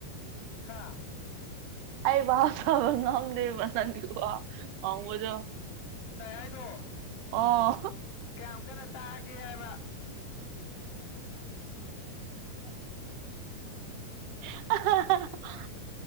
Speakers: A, on the left; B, on the right.
A: ꯍꯥꯥ
B: ꯑꯩ ꯚꯥꯕ ꯇꯥꯕ ꯉꯝꯗꯦꯕ ꯅꯪꯒꯤ ꯋꯥ ꯉꯥꯡꯕꯗꯣ
A: ꯑꯩꯗꯣ
B: ꯑꯣ
A: ꯀꯌꯥꯝ ꯀꯟꯅ ꯇꯥꯒꯦ ꯍꯥꯏꯕ
B: <unintelligible>